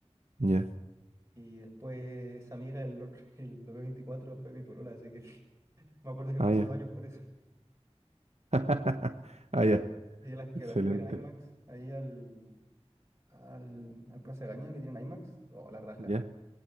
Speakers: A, on the right; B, on the right.
A: ya,
B: Y después esa amiga, el, otro- <laughs> el 2024, fue mi polola. Así que <laughs> me acuerdo que
A: ah,
B: fue hace
A: ya,
B: dos años por eso. <laughs>
A: <laughs> ah,
B: Sí.
A: ya,
B: Y las que
A: excelente,
B: la fui a ver en IMAX, ahí al, al, al Plaza Gaña que tienen IMAX. Oh, la raja.
A: ya,